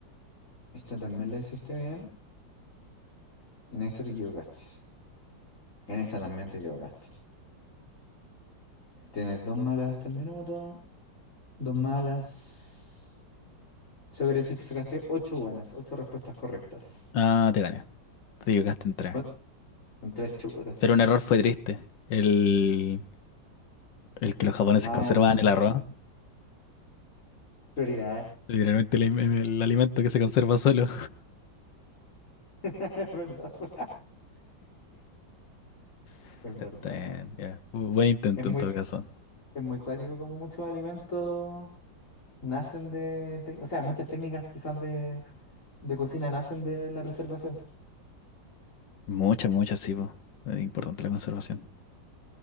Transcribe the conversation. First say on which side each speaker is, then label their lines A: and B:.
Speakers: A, on the left; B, on the left.
A: Esta también la hiciste bien. En esta te equivocaste. En esta también te equivocaste. Tienes dos malas hasta el minuto. Dos malas. Eso quiere decir que sacaste ocho buenas, ocho respuestas correctas.
B: Ah, te gané. Te equivocaste en tres.
A: ¿Cuán- En tres chutas.
B: Pero un error fue triste. El, el que los japoneses
A: Ah,
B: conservaban
A: el...
B: el arroz.
A: prioridad.
B: Literalmente el, im- el alimento que se conserva solo.
A: <laughs> Es verdad. po. <laughs>
B: <laughs>
A: Es
B: Está
A: verdad.
B: bien, ya. Bu- Buen intento
A: Es muy,
B: en todo caso.
A: es muy cuático como muchos alimentos nacen de... tec- O sea, muchas técnicas quizás de de cocina nacen de la preservación. po.
B: Muchas, muchas, sí, po. Es importante la conservación.